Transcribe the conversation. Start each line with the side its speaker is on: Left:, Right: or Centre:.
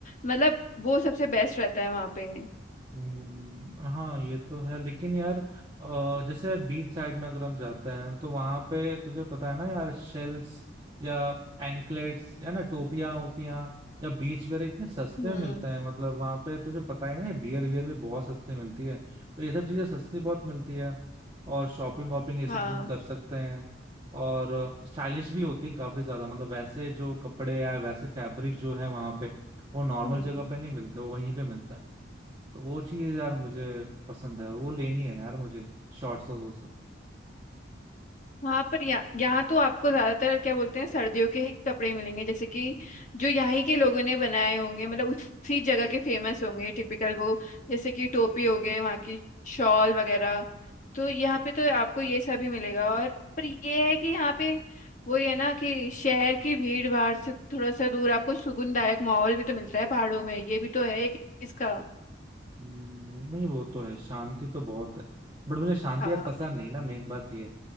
Left: मतलब वो सबसे बेस्ट रहता है वहाँ पे
Right: हम्म, हाँ ये तो है लेकिन यार अ, जैसे बीच साइड में अगर हम जाते हैं तो वहां पे तुझे पता है ना यार शेल्स या एंकलेट्स या ना टोपियां ओपियां या बीच वेयर इतने सस्ते
Left: हम्म
Right: मिलते हैं मतलब वहां पे तुझे पता है ना बियर वियर भी बहुत सस्ते मिलती है तो ये सब चीजें सस्ती बहुत मिलती है और शॉपिंग वॉपिंग ये सब
Left: हाँ
Right: चीजें कर सकते हैं और स्टाइलिश भी होती है काफी ज्यादा मतलब वैसे जो कपड़े या वैसे फैब्रिक जो है वहां पे वो नॉर्मल
Left: हम्म
Right: जगह पे नहीं मिलते वो वहीं पे मिलता है तो वो चीज यार मुझे पसंद है और वो लेनी है यार मुझे शॉर्ट्स और वो सब
Left: हाँ पर यहाँ यहाँ तो आपको ज्यादातर क्या बोलते हैं सर्दियों के ही कपड़े मिलेंगे जैसे कि जो यहाँ के लोगों ने बनाए होंगे मतलब उसी जगह के फेमस होंगे टिपिकल वो जैसे कि टोपी हो गए वहाँ की शॉल वगैरह तो यहाँ पे तो आपको ये सब ही मिलेगा और पर ये है कि यहाँ पे वो है ना कि शहर की भीड़ भाड़ से थोड़ा सा दूर आपको सुकूनदायक माहौल भी तो मिलता है पहाड़ों में ये भी तो है कि इसका
Right: हम्म, नहीं वो तो है शांति तो बहुत है बट मुझे शांति
Left: हाँ
Right: यार पसंद नहीं ना मेन बात ये